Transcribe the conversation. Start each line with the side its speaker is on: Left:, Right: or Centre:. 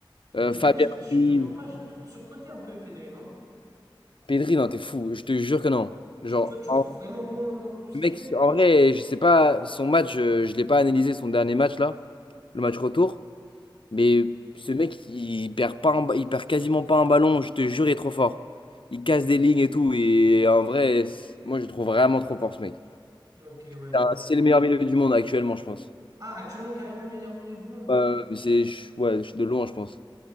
Right: Mais
Left: Euh,
Right: Pedri,
Left: Fabien
Right: je,
Left: Ruiz.
Right: je te mens pas, je le trouve surcoté un peu, Pedri, non?
Left: Pedri, non, t'es fou, je te jure que non. Genre,
Right: Tu, toi, tu
Left: en-
Right: le trouves vraiment bon dans, dans tout ce
Left: le
Right: qu'il
Left: mec,
Right: fait?
Left: en vrai, je sais pas, son match, euh, je l'ai pas analysé, son dernier match là, le match retour. Mais ce mec, il perd pas un ba- il perd quasiment pas un ballon, je te jure, il est trop fort. Il casse des lignes et tout. Et en vrai, c'est- moi, je le trouve vraiment trop fort, ce mec.
Right: Ok, ouais,
Left: C'est
Right: je,
Left: un-
Right: je-
Left: c'est le meilleur milieu du monde actuellement, je pense.
Right: Ah, actuellement, carrément meilleur milieu du monde.
Left: Euh, c'est, je- ouais, je suis de loin, je pense.